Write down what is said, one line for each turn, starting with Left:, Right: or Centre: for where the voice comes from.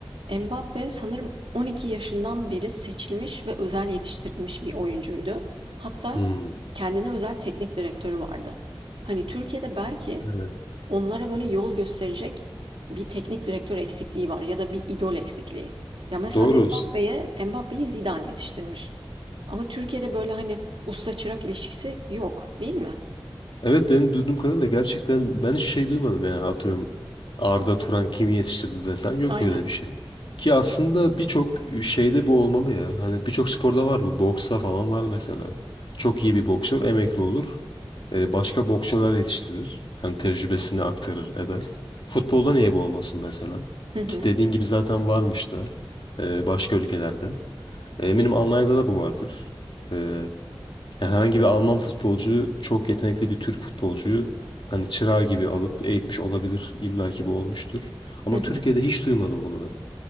Right: Mbappe sanırım 12 yaşından beri seçilmiş ve özel yetiştirilmiş bir oyuncuydu. Hatta
Left: Hı.
Right: kendine özel teknik direktörü vardı. Hani Türkiye'de belki
Left: Evet.
Right: Onlara böyle yol gösterecek bir teknik direktör eksikliği var ya da bir idol eksikliği. Ya mesela
Left: Doğru.
Right: Mbappe'ye, Mbappe'yi Zidane yetiştirmiş. Ama Türkiye'de böyle hani usta çırak ilişkisi yok, değil mi?
Left: Evet benim duyduğum kadarıyla gerçekten ben hiç şey duymadım yani atıyorum Arda Turan kimi yetiştirdi desen yok
Right: Aynen.
Left: öyle bir şey. Ki aslında birçok şeyde bu olmalı ya. Hani birçok sporda var bu. Boksta falan var mesela. Çok iyi bir boksör emekli olur. Ee, başka boksörler yetiştirir. Yani tecrübesini aktarır eder. Futbolda niye bu olmasın mesela?
Right: Hı hı.
Left: Ki dediğin gibi zaten varmış da e, başka ülkelerde. E, eminim Almanya'da da bu vardır. E, ya herhangi bir Alman futbolcuyu çok yetenekli bir Türk futbolcuyu hani çırağı gibi alıp eğitmiş olabilir. İlla ki bu olmuştur. Ama
Right: Hı hı.
Left: Türkiye'de hiç duymadım bunu ben.